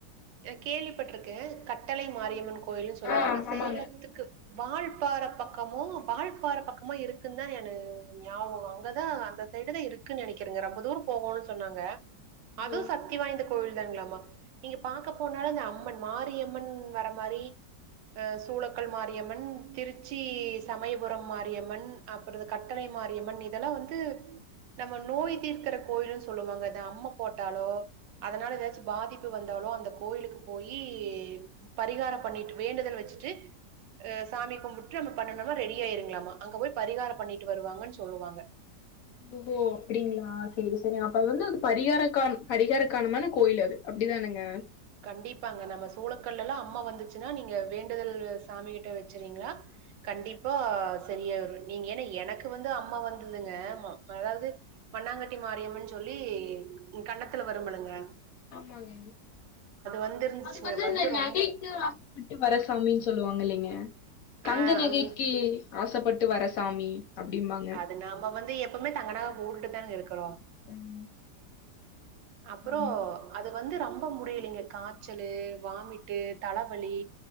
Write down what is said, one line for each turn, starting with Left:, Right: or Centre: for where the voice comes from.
Right: கேள்விப்பட்டிருக்க கட்டளை மாரியம்மன் கோயிலனு சொல்லுவாங்க
Left: ஆ
Right: சேலத்துக்கு
Left: ஆமாங்க.
Right: வாழ்பார பக்கமோ வாழ்பார பக்கமோ இருக்குன்னு தா எனு ஞாபகோ அங்கதா அந்த இடத இருக்குன்னு நினைக்கிறேங்க ரொம்ப தூரம் போகுனு சொன்னாங்க அதுவு
Left: ஓ!
Right: சக்தி வாய்ந்த கோவில் தானங்களாமா பாக்க போனாலு அந்த அம்மன் மாரியம்மன் வர மாதிரி அ சூளக்கல் மாரியம்மன் திருச்சி சமயபுரம் மாரியம்மன் அப்புற கட்டளை மாரியம்மன் இதெல்லா வந்து நம்ம நோய் தீர்க்கிற கோயில்னு சொல்லுவாங்க த அம்மா போட்டாலோ அதனால ஏதாச்சு பாதிப்பு வந்து போனாலே அந்த கோயிலுக்கு போயி பரிகாரம் பண்ணிட்டு வேண்டுதல் வச்சிட்டு அ சாமி கும்புட்டு நம்ம பண்ணுணோம்னா ரெடி ஆயிருங்களாமா அங்க போய் பரிகாரோ பண்ணிட்டு வருவாங்கன்னு சொல்லுவாங்க
Left: ஓஹோ அப்டிங்ளா செரி செரி அப்ப அது வந்து அது பரிகாரகான் பரிகாரக்கானமான கோயில் அது அப்டி தானுங்க
Right: கண்டிப்பாங்க நம்ம சோளக்கல்லுல அம்மா வந்துச்சின்னா நீங்க வேண்டுதல் சாமி கிட்ட வச்சிறீங்ளா கண்டிப்பா சரியா வரும் நீங்க ஏனா எனக்கு வந்து அம்மோ வந்ததுங்க அதாவது மண்ணாங்கேட்டி மாரியம்மன்னு சொல்லி கண்ணத்துல வரும்மிலங்க
Left: ஆமாங்க
Right: வந்திருந்துச்சுங்க.
Left: அது வந்து இந்த
Right: ரொம்
Left: நகைக்கா விட்டு வரசாமின்னு சொல்லுவாங்க இல்லங்க தங்க
Right: ஆ
Left: நகைக்கி
Right: அது
Left: ஆசைப்பட்டு வர சாமி அப்டிம்பாங்க
Right: அது நாம வந்து எப்போம்மே தங்க நக போட்டுதான இருக்குறோ
Left: ம்
Right: அப்புறோ
Left: ஆமா.
Right: அது வந்து ரொம்ப முடியலங்க காய்ச்சலு வாமிட்டு தலைவலி